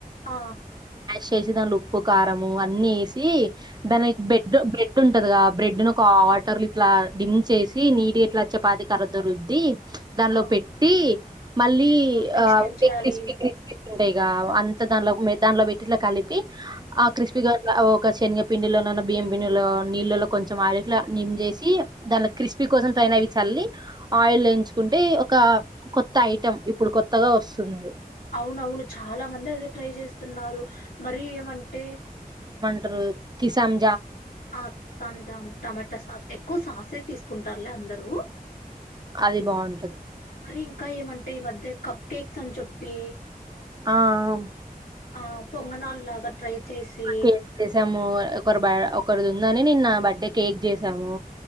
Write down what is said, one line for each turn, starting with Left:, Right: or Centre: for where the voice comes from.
Left: ఆ
Right: చేసిదాంట్లో ఉప్పు కారము అన్నీ వేసి దని బెడ్ బ్రెడ్ డ్ ఉంటది గా బ్రెడ్ ను ఒక వాటర్ ఇట్లా డిమ్ చేసి నీటిగా ఇట్లా చపాతి కర్రతో రుద్ది దానిలో
Left: ఆ
Right: పెట్టి మళ్ళీ
Left: నెక్స్ట్
Right: ఆ
Left: ఏం చేయాలి
Right: క్రిస్ప్ క్రిస్ప్ ఉండేగా అంత దానిలో దాంట్లో పెట్టి ఇట్ల కలిపి ఆ క్రిస్పి గట్ల ఓ ఒక శనగపిండిలో నన్న బియ్యం పిండిలో నీళ్ళలో కొంచెం ఆయిల్ ఇట్లా నిమ్ చేసి దానిలో క్రిస్పీ కోసం పైన అవి చల్లి ఆయిల్ వేయించుకుంటే ఒక కొత్త ఐటెం ఇప్పుడు కొత్తగా వస్తు సున్నది
Left: అవునవును చాలా మంది అదే ట్రై చేస్తున్నారు మరి ఏమంటే
Right: టరు కిసాన్
Left: ఆ కిసాన్ జామ్ టమాటా సాస్ ఎక్కువ సాసే తీసుకుంటా టారులే అందరు
Right: అది బావుంటది
Left: మరి ఇంకా ఏమంటే ఈ మధ్య కప్ కేక్స్ అని చెప్పి
Right: ఆ ఆ
Left: ఆ పొంగనాలు లాగా ట్రై చేసి
Right: కేక్ చేసాము ఒకరు బ ఒకరిది ఉందని నిన్న బర్త్డే కేక్ చేసాము